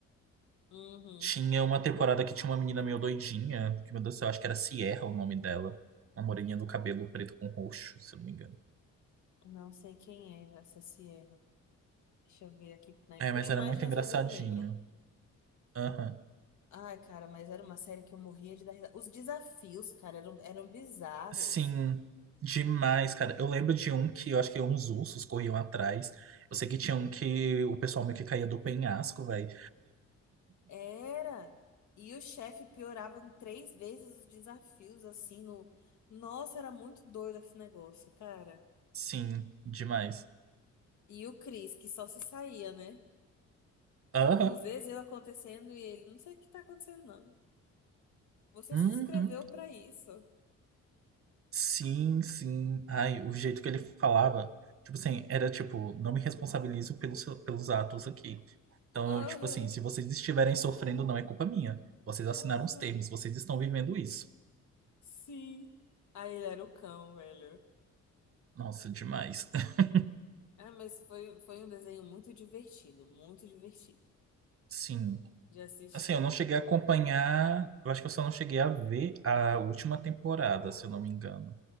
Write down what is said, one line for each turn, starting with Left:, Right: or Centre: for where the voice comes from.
Left: uhum.
Right: Tinha uma temporada que tinha uma menina meio doidinha, que, meu Deus do céu, acho que era Sierra o nome dela. Uma moreninha do cabelo preto com roxo, se eu não me engano.
Left: Não sei quem é essa Sierra. Deixa eu ver aqui. né?
Right: É,
Left: Por
Right: mas
Left: imagem,
Right: era muito engraçadinho.
Left: às vezes eu lembro.
Right: Aham.
Left: Ai, cara, mas era uma série que eu morria de dar risada. Os desafios, cara, eram, eram bizarros.
Right: Sim, demais, cara. Eu lembro de um que eu acho que uns ursos corriam atrás. Eu sei que tinha um que o pessoal meio que caía do penhasco, velho.
Left: Era. E o chefe piorava em três vezes os desafios, assim, no... Nossa, era muito doido esse negócio, cara.
Right: Sim, demais.
Left: E o Chris, que só se saía, né?
Right: Aham.
Left: Os Ezeu acontecendo e ele, não sei o que tá acontecendo, não. Você
Right: Uhum.
Left: se inscreveu pra isso.
Right: Sim, sim. Ai, o jeito que ele falava, tipo assim, era tipo, não me responsabilizo pelos, pelos atos aqui. Então,
Left: Aham,
Right: eu, tipo assim, se vocês estiverem sofrendo, não é culpa minha. Vocês assinaram
Left: aham,
Right: os termos, vocês estão vivendo isso.
Left: sim. Aí ele era o cão, velho.
Right: Nossa, demais. <laughs>
Left: Ah, mas foi, foi um desenho muito divertido, muito divertido
Right: Sim.
Left: de assistir.
Right: Assim, eu não cheguei a acompanhar, eu acho que eu só não cheguei a ver a última temporada, se eu não me engano.